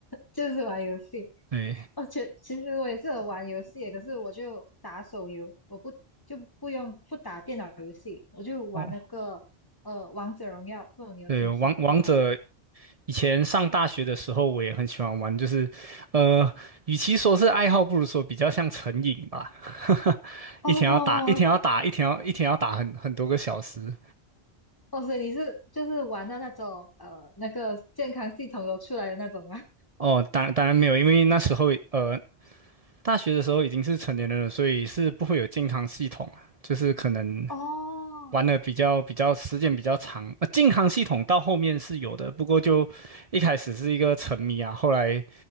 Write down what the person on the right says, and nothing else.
对，
哦，
对，王王者以前上大学的时候，我也很喜欢玩，就是，呃，与其说是爱好，不如说比较像成瘾吧。<laughs>
一天要打，一天要打，一天要一天要打很很多个小时。
哦，当当然没有，因为那时候呃，大学的时候已经是成年人了，所以是不会有健康系统啊，就是可能
玩的比较比较时间比较长。呃，健康系统到后面是有的，不过就一开始是一个沉迷啊，后来